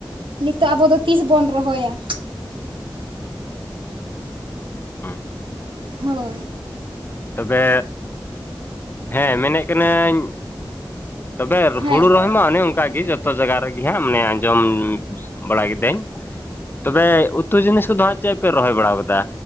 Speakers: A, on the right; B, on the left.
A: ᱱᱤᱛᱚᱜ ᱟᱵᱚ ᱫᱚ ᱛᱤᱥ ᱵᱚᱱ ᱨᱚᱦᱚᱭᱟ
B: <unintelligible>
A: ᱦᱳᱭ
B: ᱛᱚᱵᱮ ᱦᱮᱸ ᱢᱮᱱᱮᱫ ᱠᱟᱹᱱᱟᱹᱧ ᱛᱚᱵᱮ
A: ᱦᱮᱸ
B: ᱦᱩᱲᱩ ᱨᱚᱦᱚᱭ ᱚᱱᱮ ᱚᱱᱠᱟᱜᱮ ᱡᱚᱛᱚ ᱡᱟᱭᱜᱟ ᱨᱮᱜᱮ ᱦᱟᱸᱜ ᱢᱟᱱᱮ ᱟᱸᱡᱚᱢ ᱵᱟᱲᱟ ᱠᱤᱫᱟᱹᱧ ᱛᱚᱵᱮ ᱩᱛᱩ ᱡᱤᱱᱤᱥ ᱠᱚᱫᱚ ᱦᱟᱸᱜ ᱪᱮᱫ ᱯᱮ ᱨᱚᱦᱚᱭ ᱵᱟᱲᱟ ᱠᱟᱫᱟ